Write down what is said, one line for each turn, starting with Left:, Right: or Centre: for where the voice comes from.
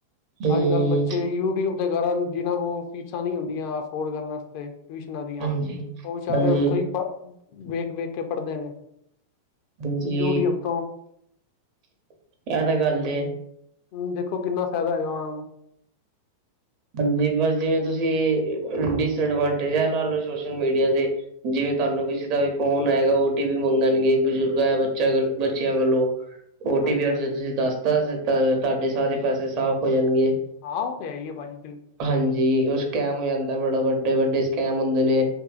Right: ਹਮ
Left: ਅੱਜ- ਕੱਲ ਬੱਚੇ ਯੂਟਊਬ ਦੇ ਕਾਰਨ ਜਿਨਾਂ ਕੋਲ ਫੀਸਾਂ ਨਈ ਹੁੰਦੀਆਂ ਅਫੋਰਡ ਕਰਨ ਵਾਸਤੇ। ਟਊਸ਼ਨਾਂ ਦੀਆਂ,
Right: ਹਾਂਜੀ।
Left: ਉਹ ਵਚਾਰੇ
Right: ਹਾਂਜੀ,
Left: ਉੱਥੋਂ ਹੀ ਵੇਖ ਵੇਖ ਕੇ ਪੜਦੇ ਨੇ।
Right: ਹਾਂਜੀ
Left: ਯੂਟਊਬ ਤੋਂ।
Right: ਇਹ ਤਾਂ ਗੱਲ ਏ।
Left: ਹੂੰ, ਦੇਖੋ ਕਿੰਨਾ ਫੈਦਾ ਹੈਗਾ ਉਹਨਾਂ ਨੂੰ।
Right: ਹਾਂਜੀ ਬਸ ਜਿਵੇਂ ਤੁਸੀਂ ਡਿਸਐਡਵਾਂਟੇਜ ਇਹ ਲਾ ਲਓ ਸੋਸ਼ਲ ਮੀਡੀਆ ਦੇ। ਜਿਵੇਂ ਤੁਹਾਨੂੰ ਕਿਸੇ ਦਾ ਵੀ ਫੋਨ ਆਏਗਾ ਓ ਟੀ ਵੀ ਮੰਗਣਗੇ ਬਜ਼ੁਰਗਾਂ ਬੱਚਾ ਬੱਚਿਆਂ ਵੱਲੋਂ। ਓ ਟੀ
Left: ਹਾਂਜੀ
Right: ਪੀ
Left: ਹਾਂਜੀ
Right: ਜੇ ਤੁਸੀਂ ਦੱਸਤਾ ਤਾਂ ਤਾਂਡੇ ਸਾਰੇ ਪੈਸੇ ਸਾਫ਼ ਹੋ ਜਾਣਗੇ।
Left: ਹਾਂ ਉਹ ਤੇ ਹੈ ਹੀ ਹੈ ਭਾਜੀ ਬਿਲ
Right: ਹਾਂਜੀ ਉਹ ਸਕੈਮ ਹੋ ਜਾਂਦਾ ਬੜਾ। ਵੱਡੇ- ਵੱਡੇ ਸਕੈਮ ਹੁੰਦੇ ਨੇ।